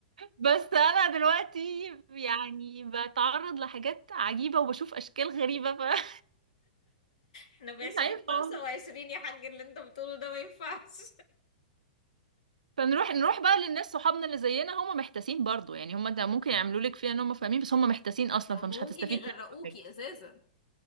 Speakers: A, on the right; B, on the left.
A: بس انا دلوقتي يعني بتعرض لحاجات عجيبة وبشوف اشكال غريبة فمش
B: احنا في
A: <laughs>
B: عشرين
A: عارفة
B: خمسة
A: والله.
B: وعشرين يا حاج اللي انت بتقوله ده ما ينفعش
A: فنروح نروح بقى للناس صحابنا اللي زينا هم محتاسين برضو يعني هم ده ممكن يعملوا لك فيها ان هم فاهمين بس هم محتاسين
B: <laughs>
A: اصلا
B: لو
A: فمش
B: ممكن
A: هتستفيد
B: يغرقوكي
A: منهم حاجة.
B: اساسا